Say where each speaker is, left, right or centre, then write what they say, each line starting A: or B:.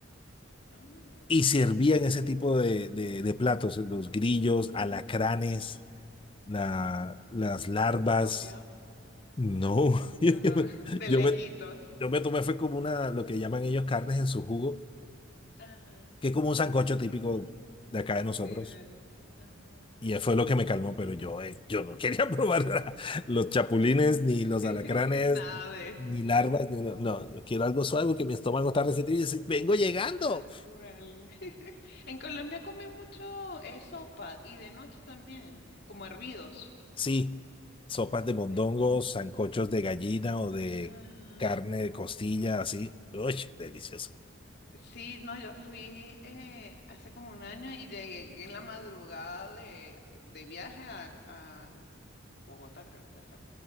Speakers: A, on the left; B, on the left.
A: Ah, mira,
B: y servían
A: qué
B: ese
A: raro.
B: tipo de, de- de platos, los grillos, alacranes, la-
A: Uh,
B: las
A: sí.
B: larvas.
A: y comió,
B: No, <laughs> yo,
A: no, no, <laughs> de
B: yo
A: lejitos.
B: me, yo me yo me tomé, fue como una, lo que llaman ellos carnes
A: <laughs>
B: en su jugo,
A: Ajá,
B: que es como un sancocho típico
A: rico.
B: de acá de nosotros.
A: Sí, del, ajá, sí
B: Y
A: la
B: fue
A: he escuchado.
B: lo que me calmó, pero yo, eh, yo no quería <laughs> probar los chapulines, ni los
A: <laughs>
B: alacranes,
A: Nada de
B: ni larvas. ni- No, no, yo quiero algo suave porque mi estómago está resentido y dice, vengo llegando.
A: Tal cual. <laughs> En Colombia comen mucho eh, sopa y de noche también, como hervidos.
B: Sí, sopas de mondongos,
A: Es como...
B: sancochos de gallina o de
A: Ajá.
B: carne de costilla, así. Uy, delicioso.
A: Sí, no, yo fui eh, hace como un año y llegué en la madrugada de, de viaje a, a Bogotá, creo que fue.